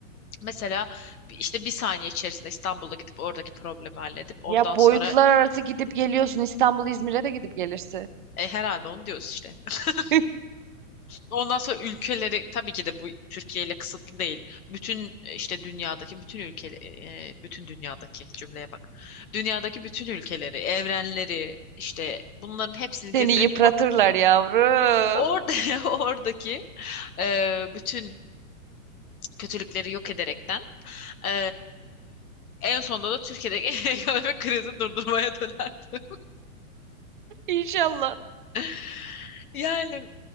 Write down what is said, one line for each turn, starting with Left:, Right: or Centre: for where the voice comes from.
Left: Mesela bir- işte bir saniye içerisinde İstanbul'a gidip oradaki problemi halledip ondan
Right: Ya
Left: sonra
Right: boyutlar arası gidip geliyorsun. İstanbul İzmir'e de gidip gelirsin.
Left: E, herhalde onu diyoruz işte. <laughs>
Right: <laughs>
Left: Ondan sonra ülkeleri tabii ki de bu Türkiye ile kısıtlı değil. Bütün e, işte dünyadaki bütün ülke e, bütün dünyadaki cümleye bak. Dünyadaki bütün ülkeleri, evrenleri işte bunların hepsini
Right: Seni
Left: gezerek
Right: yıpratırlar
Left: oradaki
Right: yavrum.
Left: orada <laughs> oradaki e, bütün kötülükleri yok ederekten e, en sonunda da Türkiye'deki <laughs> ekonomik krizi durdurmaya dönerdi.
Right: İnşallah.
Left: <laughs> Yani